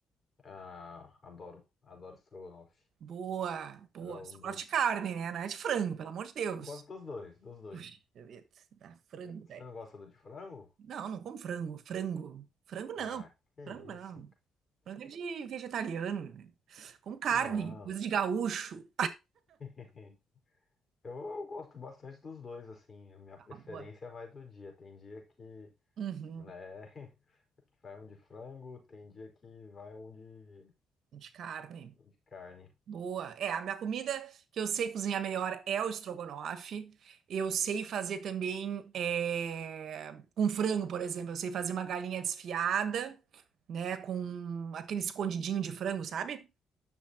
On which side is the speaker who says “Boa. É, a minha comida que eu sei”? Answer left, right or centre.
Right